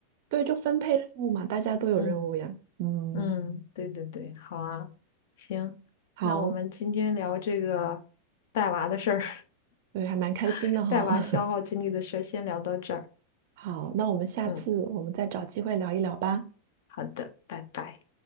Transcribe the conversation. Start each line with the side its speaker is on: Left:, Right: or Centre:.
Right: 对，就分配任务嘛，大家都有任务呀。
Left: 嗯
Right: 嗯，
Left: 嗯，对对对，好啊，行，
Right: 好，
Left: 那我们今天聊这个带娃的事儿，
Right: 对，还蛮开心的哈。
Left: <laughs> 带娃消耗精力的事儿，先聊到这儿。
Right: <laughs> 好，那我们下次我们再找机会聊一聊吧。
Left: 嗯，好的，拜拜。